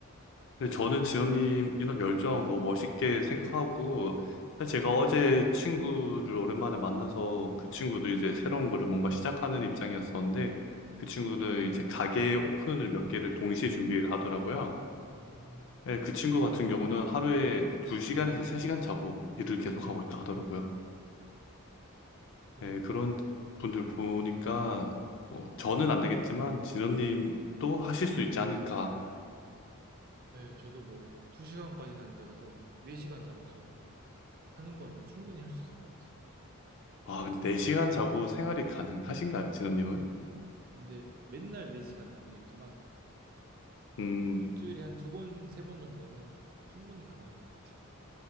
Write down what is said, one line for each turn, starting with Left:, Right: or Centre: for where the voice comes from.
Left: 근데 저는 지원님 이런 열정 너무 멋있게 생각하고 사실 제가 어제 친구를 오랜만에 만나서 그 친구도 이제 새로운 거를 뭔가 시작하는 입장이었었는데 그 친구는 이제 가게 오픈을 몇 개를 동시에 준비를 하더라고요.
Right: 음,
Left: 예, 그 친구 같은 경우는 하루에 2시간에서 3시간 자고 일을 계속하고 있다 하더라고요.
Right: 저는
Left: 예, 그런 분들 보니까 어, 저는 안 되겠지만 진원님도 하실 수 있지 않을까.
Right: 네, 저도 뭐, 두시간까지는 아니더라도, 네시간 잡아서 하는 거면 충분히 할 수 있을 것 같아요.
Left: 아, 근데 4시간 자고 생활이 가능하신가요, 진원님은?
Right: 근데 맨날 네시간은 아니겠지만,
Left: 음,
Right: 일주일에 한 두 번, 세 번 정도는 충분히 가능할 것 같아요.